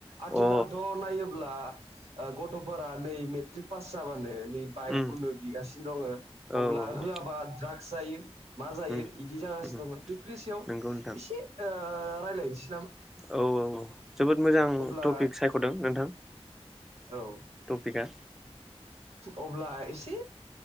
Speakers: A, on the right (about 85°); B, in the centre.
A: आथिखालथ'
B: अ
A: नायोब्ला ओ गथ'फोरा नै मेट्रिक पास जाबानो बाइक
B: उम
A: उनो बिगासिनो दङ
B: औ
A: अब्ला
B: औ
A: होआबा द्राग्स जायो मा जायो
B: उम
A: बिदि जागासिनो
B: उम
A: दङ बेफोरनि सायाव
B: नंगौ नोंथां
A: एसे ओ रायज्लायनोसै
B: औ औ जोबोद मोजां
A: अब्ला
B: टपिक सायख'दों नोंथां
A: औ
B: टपिका
A: अब्ला एसे